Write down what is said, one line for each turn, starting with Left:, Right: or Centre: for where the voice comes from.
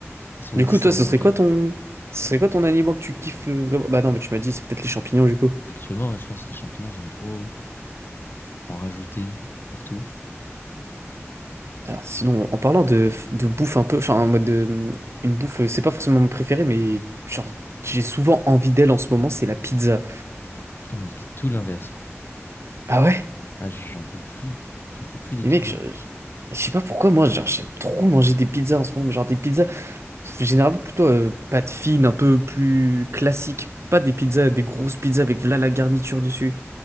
Left: Ils sont
Right: Du
Left: 10
Right: coup, toi,
Left: à en
Right: ce
Left: manger.
Right: serait quoi ton... Ce serait quoi ton aliment que tu kiffes euh, vraiment? Bah non, mais tu m'as dit, c'est peut-être les champignons, du coup.
Left: Actuellement, ouais, je pense que les champignons, j'aime trop en rajouter partout.
Right: Alors, sinon, en parlant de, de bouffe un peu, enfin, en mode de... Une bouffe, euh, c'est pas forcément mon préféré, mais genre, j'ai souvent envie d'elle en ce moment, c'est la pizza.
Left: Ah, mais tout l'inverse. ouais.
Right: Ah ouais?
Left: Ah, j'en peux plus. J'en peux plus des
Right: Mais
Left: pizzas.
Right: mec, je, je- je sais pas pourquoi, moi, genre, j'aime trop manger des pizzas en ce moment, mais genre des pizzas, généralement plutôt euh, pâte fine, un peu plus classique. Pas des pizzas, des grosses pizzas avec voilà la garniture dessus.